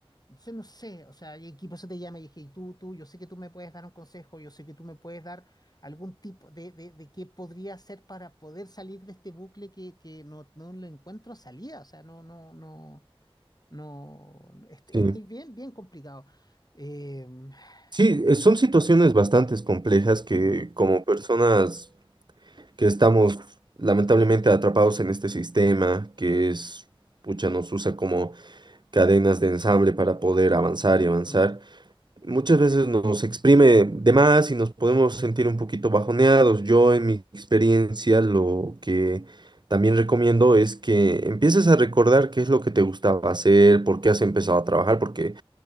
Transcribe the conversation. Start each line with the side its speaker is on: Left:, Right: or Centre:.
Left: entonces no sé, o sea, y aquí por eso te llama y dije, y tú, tú, yo sé que tú me puedes dar un consejo, yo sé que tú me puedes dar algún tipo de, de, de qué podría hacer para poder salir de este bucle que, que no, no le encuentro salida, o sea, no, no, no, no, est- estoy
Right: sí.
Left: bien, bien complicado. Em,
Right: Sí, eh,
Left: eso.
Right: son situaciones bastante complejas que
Left: Mm,
Right: como personas que estamos lamentablemente atrapados en este sistema que es, pucha, nos usa como cadenas de ensamble para poder avanzar y avanzar
Left: mm,
Right: muchas veces nos exprime de más y nos podemos sentir un poquito bajoneados. Yo en mi experiencia lo que también recomiendo es que empieces a recordar qué es lo que te gustaba hacer, por qué has empezado a trabajar, porque